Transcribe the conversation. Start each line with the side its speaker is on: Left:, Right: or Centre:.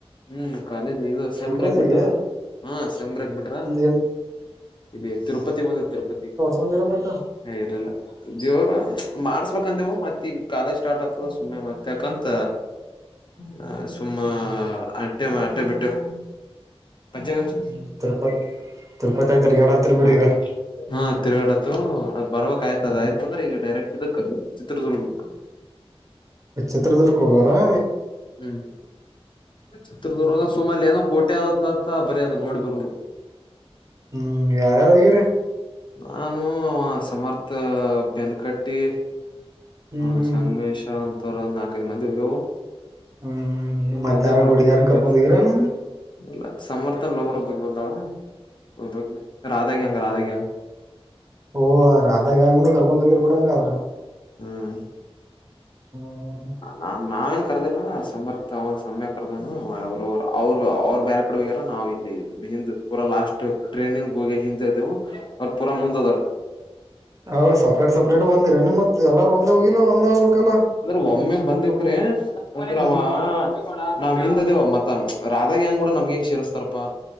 Left: ಹ್ಮ್ ಕಾಲೇಜ್ ಇದು ಶೆಂಬ್ರಕ್ಕ್
Right: ತಿರುಪತಿಗೆ
Left: ಬಿಟಾರ ಹಾ ಶೆಂಬ್ರಕ್ ಬಿಟ್ರ.
Right: ಏನ್
Left: ಇಲ್ಲಿ ತಿರುಪತಿ ಬಂದೈತಿ ತಿರುಪತಿ.
Right: ಬಂದರ ಮತ್ತ.
Left: ಹೇ ಇಲ್ಲ ಇಲ್ಲ. ದೇವರ ಮಾಡ್ಸ್ ಬೇಕಂದೆವು ಮತ್ತ ಈಗ ಕಾಲೇಜ್ ಸ್ಟಾರ್ಟ್ ಆಗ್ತದ ಸುಮ್ಮ್ನೆ ಮತ್ತಯಾಕಂತ. ಹಾ ಸುಂ-'
Right: ಹ್ಮ್
Left: ಅಟ್ಟಮ್ಮ ಅಟ್ಟೆ ಬಿಟ್ಟು. ಪಚ್ಚೆಗಚ್ಚು
Right: ಹ್ಮ್ ತಿರುಪತಿ ತಿರುಪತಿ ತಿರ್ಗಾಡತಿರ್ ಬಿಡಿ
Left: ಹಾ.
Right: ಈಗ
Left: ಹಾ ತಿರುಗಡತ್ತು ಅದ್ ಬರ್ಬೇಕ್ ಆಯ್ತದ ಆಯ್ತು ಅಂದ್ರೆ ಈಗ ಡೈರೆಕ್ಟ್ ಇದಕ್ ಚಿತ್ರದುರ್ಗಕ್ಕ.
Right: ಚಿತ್ರದುರ್ಗಕ್ಕ್ ಹೋಗಾರಾ.
Left: ಹ್ಮ್ ಚಿತ್ರದುರ್ಗ ಸೋಮಾಲ ಏನೋ ಕೋಟೆ ಆದದತ್ತ್ತ ಬರಿದ ನೋಡಿಬರೋದು.
Right: ಹ್ಮ್ ಯಾರ್ ಯಾರ್ ಹೋಗ್ಯರೇ.
Left: ನಾನು ಸಮರ್ಥ ಬೆನ್ಕಟ್ಟಿ.
Right: ಹ್ಮ್
Left: ಹ
Right: ಹ್ಮ್
Left: ಸಂಗ್ಮೇಶ
Right: ಹ್ಮ್
Left: ಅಂತವ್ರು ನಾಲ್ಕೈದು ಮಂದಿ ಯೋ
Right: ಹ್ಮ್ ಹ್ಮ್ ಹ್ಮ್
Left: ಹು
Right: ಮತ್
Left: ಬಂದೇವ್
Right: ಯಾರ
Left: ಮಾಡ್ಕ್
Right: ಹುಡ್ಗ್ಯಾರನ್ ಕರ್ಕೊಂಡ್
Left: ಬೆ
Right: ಹೋಗಿರ ನಾನ
Left: ಎಲ್ಲ ಸಮರ್ಥನ್ ಲೋವರ್ ಒಬ್ಬಕ್ ಬಂದಾವ ಒಬ್ಬಕ್ ರಾಧ ಗ್ಯಾಂಗ್ ರಾಧಾಗ್ಯಂಗ್.
Right: ಓ ಆ ರಾಧಾಗ್ಯಾಂಗ್ನೂ ಕರ್ಕೊಂಡೋಗಿರ್ಬಿಡಂಗ ಆವ್ರು.
Left: ಹ್ಮ್
Right: <unintelligible>
Left: ನಾ ನಾವೇನ್ ಕರ್ದಿಲ್ಲ ಸಮರ್ಥ್ ಅವ ಸಮ್ಯ ಕರ್ದಾನ ಅವರು ಅವ್ರು ಅವ್ರು ಬ್ಯಾರೆ ಕಡೆ ಹೋಗ್ಯಾರ ನಾವು ಇಲ್ಲಿ ಹಿಂದ್ ಪೂರ ಲಾಸ್ಟ್ ಟ್ರೈನಿಂಗ್ ಹೋಗಿ ಹಿಂತಿದೇವು. ಅವ್ರ್ ಪೂರಾ ಮುಂದದಾರ.
Right: ಹೌ ಸಪ್ರೇಟ್ ಸಪ್ರೇಟ್ ಬಂದಿರ ನೀ ಮತ್ ಎಲ್ಲಾರು ಒಂದ ಹೋಗಿಲ್ಲ ಒಂದೋಗಕಲ್ಲ.
Left: ಅಂದ್ರ ಒಮ್ಮೆ ಬಂದವಕ್ರೆ ಅಂದ್ರ
Right: ಹ್ಮ್
Left: ಅವಾ ನಾವ್ ಹಿಂದಿದೇವ ಮತ್ತ ರಾಧಾ ಗ್ಯಾಂಗಂಗೂಡ ನಮ್ಗೆಂಗ್ ಸೇರ್ಸ್ತಾರಪ್ಪಾ?